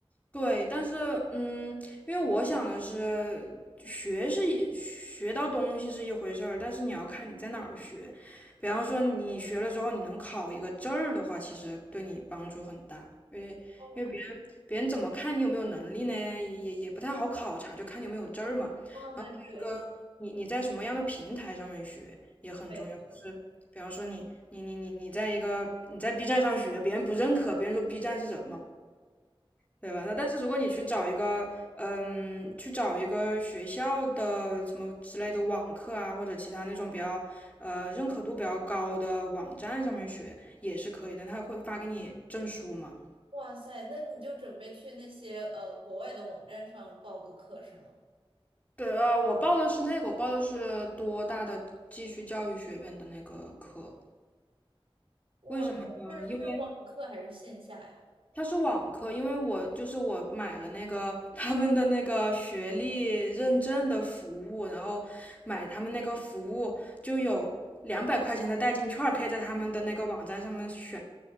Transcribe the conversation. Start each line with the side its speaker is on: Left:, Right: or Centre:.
Left: 对，但是嗯，因为我想的是，学是一学到东西是一回事儿，但是你要看你在哪儿学。比方说你学了之后，你能考一个证儿的话，其实对你帮助很大，因为因为别人别人怎么看你有没有能力呢？
Right: 哦
Left: 也也也不太好考察，就看你有没有证儿嘛。
Right: 哦，
Left: 然后
Right: 那这个
Left: 你你在什么样的平台上面学也很重要，
Right: 没错。
Left: 就是比方说你你你你你在一个你在 B 站上学，别人不认可，别人说 B 站是什么？对吧？那但是如果你去找一个，嗯，去找一个学校的什么之类的网课啊，或者其他那种比较呃认可度比较高的网站上面学也是可以的，他会发给你证书嘛？
Right: 哇塞，那你就准备去那些呃国外的网站上报个课是吗？
Left: 对，呃，我报的是那个，我报的是多大的继续教育学院的那个课，
Right: 哇，
Left: 为什么呢？
Right: 是是网课还是线下呀？
Left: 因为它是网课，因为我就是我买了那个他们的那个学历认证的服务，然后买他们那个服务就有两百块钱的代金券，可以在他们的那个网站上面选。